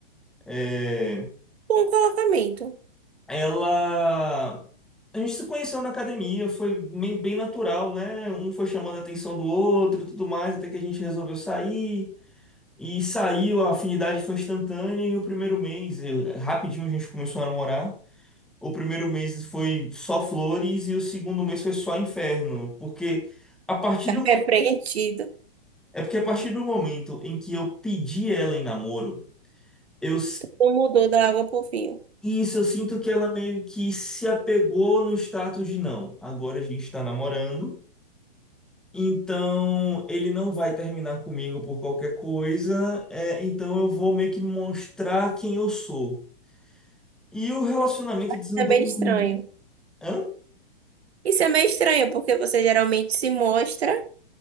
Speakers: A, in the centre; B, on the right.
A: É,
B: Bom colocamento.
A: Ela. A gente se conheceu na academia, foi bem, bem natural, né? Um foi chamando a atenção do outro, e tudo mais, até que a gente resolveu sair. E saiu, a afinidade foi instantânea. E o primeiro mês, eu- rapidinho a gente começou a namorar. O primeiro mês foi só flores e o segundo mês foi só inferno. Porque a partir
B: Tá
A: do,
B: repreendido.
A: é porque a partir do momento em que eu pedi ela em namoro, eu
B: Não mudou da água pro vinho.
A: Isso, eu sinto que ela meio que se apegou no status de não. Agora a gente está namorando, então ele não vai terminar comigo por qualquer coisa, é, então eu vou meio que mostrar quem eu sou. E o relacionamento desandou.
B: Isso é meio
A: mu-
B: estranho.
A: Hã?
B: Isso é meio estranho, porque você geralmente se mostra.